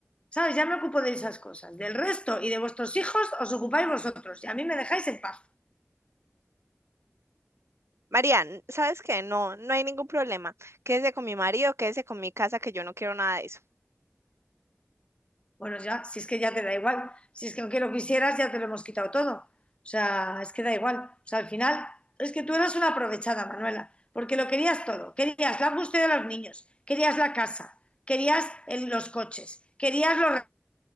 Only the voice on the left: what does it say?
¿Sabes? Ya me ocupo de esas cosas. Del resto y de vuestros hijos os ocupáis vosotros y a mí me dejáis en paz.
Bueno, ya, si es que ya te da igual, si es que aunque lo quisieras, ya te lo hemos quitado todo. O sea, es que da igual. O sea, al final, es que tú eras una aprovechada, Manuela, porque lo querías todo. Querías la búsqueda de los niños, querías la casa, querías el- los coches, querías los